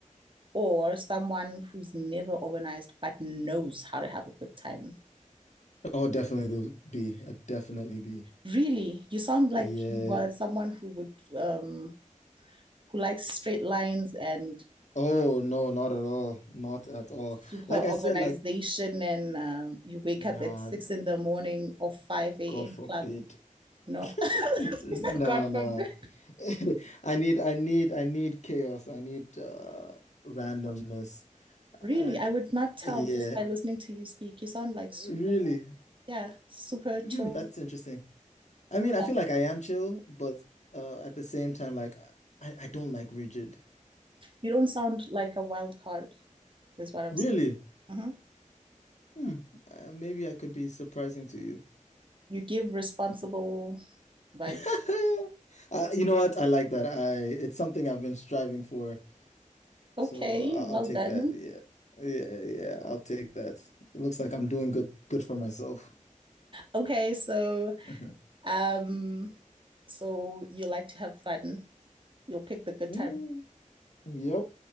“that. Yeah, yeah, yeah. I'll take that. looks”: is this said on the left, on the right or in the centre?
Left